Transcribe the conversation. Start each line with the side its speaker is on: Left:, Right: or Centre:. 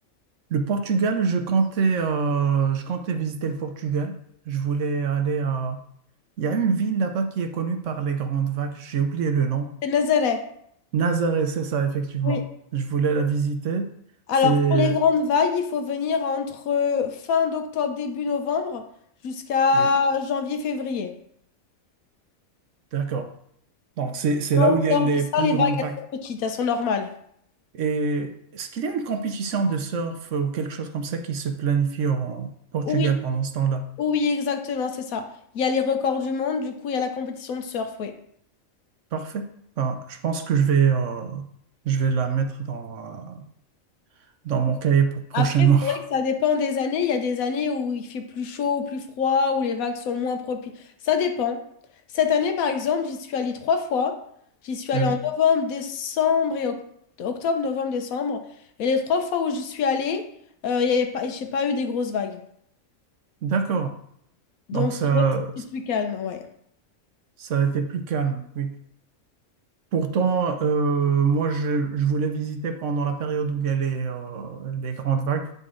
Right: le Portugal, je comptais, euh, je comptais visiter le Portugal. Je voulais aller à, il y a une ville là-bas qui est connue par les grandes vagues, j'ai oublié le nom.
Left: C'est Nazaré.
Right: Nazaré, c'est ça, effectivement.
Left: Oui.
Right: Je voulais la visiter.
Left: Alors,
Right: C'est,
Left: pour les grandes vagues, il faut venir entre fin d'octobre, début novembre, jusqu'à
Right: oui.
Left: janvier-février.
Right: D'accord. Donc, c'est, c'est
Left: En
Right: là où il y
Left: dehors
Right: a les
Left: de ça,
Right: plus
Left: les
Right: grandes
Left: vagues, elles
Right: vagues.
Left: sont petites, elles sont normales.
Right: Et est-ce qu'il y a une compétition de surf ou quelque chose comme ça qui se planifie en Portugal
Left: Oui,
Right: pendant ce temps-là?
Left: oui, exactement, c'est ça. Il y a les records du monde, du coup, il y a la compétition de surf, oui.
Right: Parfait. Ben, je pense que je vais, euh, je vais la mettre dans, euh, dans mon cahier pour prochainement.
Left: Après, c'est
Right: <laughs>
Left: vrai que ça dépend des années. Il y a des années où il fait plus chaud ou plus froid, où les vagues sont moins propices. Ça dépend. Cette année, par exemple, j'y suis allée trois fois. J'y suis allée
Right: Ah oui.
Left: en novembre, décembre et oct- octobre, novembre, décembre. Et les trois fois où j'y suis allée, euh, il y avait pas, j'ai pas eu des grosses vagues.
Right: D'accord.
Left: Donc,
Right: Donc, ça,
Left: c'est vrai que c'est plus calme, ouais.
Right: ça a été plus calme. Oui. Pourtant, euh, moi, je, je voulais visiter pendant la période où il y a les, euh, les grandes vagues.